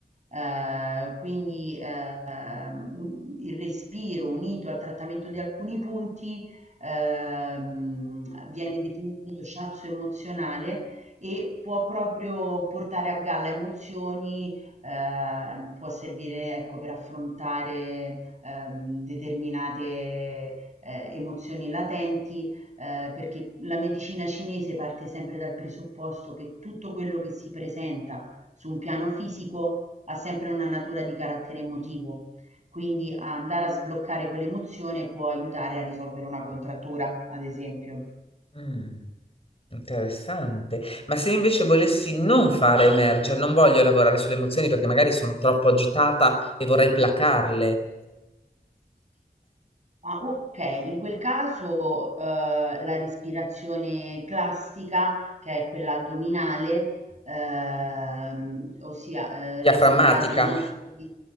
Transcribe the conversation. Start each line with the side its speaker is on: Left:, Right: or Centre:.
Right: Eh, quindi ehm, un- il respiro unito al trattamento di alcuni punti ehm, viene definito shiatsu emozionale e può proprio portare a galla emozioni, ehm, può servire ecco, per affrontare ehm, determinate eh, emozioni latenti, eh, perché la medicina cinese parte sempre dal presupposto che tutto quello che si presenta su un piano fisico ha sempre una natura di carattere emotivo, quindi a andare a sbloccare quell'emozione può aiutare a risolvere una contrattura, ad esempio.
Left: Mm, interessante. Ma se invece volessi non fare emergere, non voglio lavorare sulle emozioni perché magari sono troppo agitata e vorrei placarle,
Right: Ah, ok, in quel caso, eh, la respirazione classica, che è quella addominale, ehm, ossia eh,
Left: diaframmatica.
Right: respirare non solo di